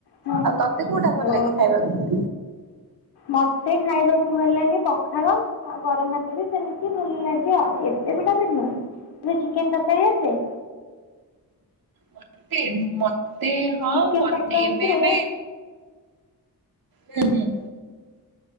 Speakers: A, on the left; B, on the right.
A: ହଁ।
B: ଆଉ ତତେ କୋଉଟା ଭଲ
A: ଓହୋ।
B: ଲାଗେ ଖାଇବାକୁ?
A: ମତେ ଖାଇବାକୁ ଭଲ ଲାଗେ ପଖାଳ ଆଉ ଗରମ ଭାତ ବି ସେମିତି। ଭଲ ଲାଗେ ଆଉ ଏତେ ବି ଟା ନୁହଁ ଚିକେନ ତରକାରୀ ଆସେ?
B: ମତେ ମତେ ହଁ
A: ଚିକେନ
B: ମୋତେ
A: ତରକାରୀଥିରେ
B: ଏବେ ଏବେ ହୁଁ ହୁଁ।